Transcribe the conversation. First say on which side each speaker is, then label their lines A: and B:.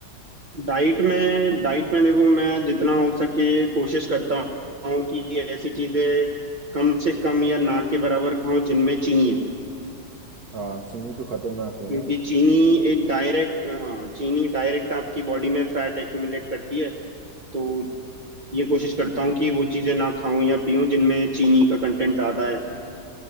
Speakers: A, on the right (about 30°); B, on the right (about 50°).
A: डाइट में डाइट में देखो मैं जितना हो सके कोशिश करता हूँ कि ऐसी चीजें कम से कम या ना के बराबर खाऊं जिनमें चीनी है
B: हाँ चीनी तो खतरनाक है
A: क्योंकि
B: ना
A: चीनी एक डायरेक्ट हाँ चीनी डायरेक्ट आपकी बॉडी में फैट एक्यूमुलेट करती है तो ये कोशिश करता हूँ कि वो चीजें ना खाऊं या पीऊं जिनमें चीनी का कंटेंट ज्यादा है